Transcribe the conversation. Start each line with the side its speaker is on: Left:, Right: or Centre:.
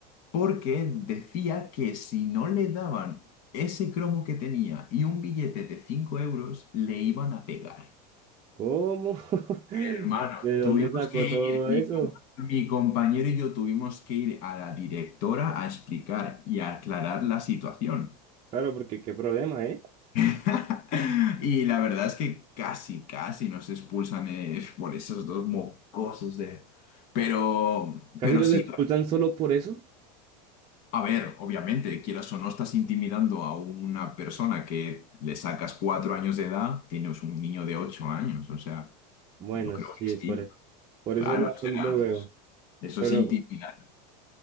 Left: porque decía que si no le daban ese cromo que tenía y un billete de 5 euros, le iban a pegar.
Right: ¿Cómo? <laughs>
Left: Hermano,
Right: ¿De dónde
Left: tuvimos
Right: sacó
Left: que
Right: todo
Left: ir, mi,
Right: eso?
Left: com- mi compañero y yo tuvimos que ir a la directora a explicar y a aclarar la situación.
Right: Claro, porque qué problema, ¿eh?
Left: <laughs> Y la verdad es que casi, casi nos expulsan eh, por esos dos mocosos de... Pero,
Right: Casi
Left: pero
Right: los
Left: sí.
Right: expulsan solo por eso.
Left: A ver, obviamente, quieras o no, estás intimidando a una persona que le sacas cuatro años de edad, tienes un niño de ocho años, o sea,
Right: Bueno,
Left: yo creo
Right: sí,
Left: que sí,
Right: por, es- por
Left: claro,
Right: ese lado
Left: o sea,
Right: lo veo.
Left: eso
Right: Pero,
Left: es intimidar,